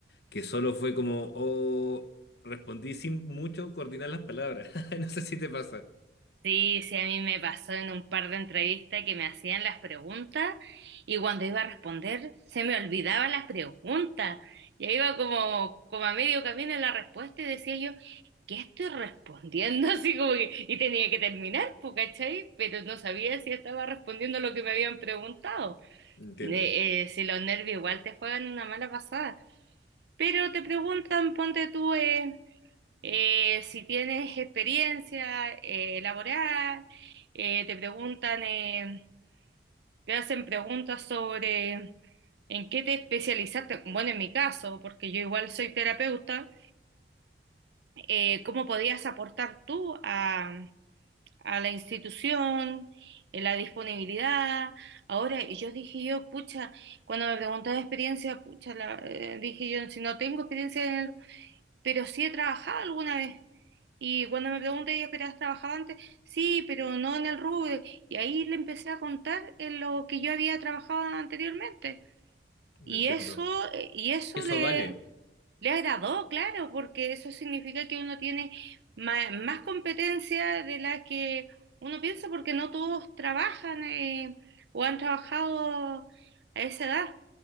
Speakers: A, on the left (about 65°); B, on the right (about 70°).
A: que solo fue como, oh, respondí sin mucho coordinar las palabras. <laughs> No sé si te pasa.
B: Sí, sí, a mí me pasó en un par de entrevistas que me hacían las preguntas y cuando iba a responder se me olvidaban las preguntas. Ya iba como, como a medio camino en la respuesta y decía yo, ¿qué estoy respondiendo? <laughs> Así como que, y tenía que terminar, po, ¿cachai? Pero no sabía si estaba respondiendo lo que me habían preguntado.
A: Entiendo,
B: Eh, eh, si los nervios igual te juegan una mala pasada. Pero te preguntan, ponte tú, eh, eh, si tienes experiencia eh, laboral, eh, te preguntan, eh, te hacen preguntas sobre en qué te especializaste. Bueno, en mi caso, porque yo igual soy terapeuta, eh, ¿cómo podías aportar tú a, a la institución? eh, la disponibilidad, ahora, y yo dije yo, pucha, cuando me preguntaron experiencia, pucha, la- eh, dije yo, si no tengo experiencia en el, pero sí he trabajado alguna vez, Y cuando me pregunté, ¿ya pero has trabajado antes? Sí, pero no en el rubro. Y ahí le empecé a contar en lo que yo había trabajado anteriormente. Y
A: entiendo.
B: eso, eh, y eso
A: Eso
B: le,
A: vale,
B: le agradó, claro, porque eso significa que uno tiene ma- más, competencia de la que uno piensa, porque no todos trabajan eh, o han trabajado a esa edad.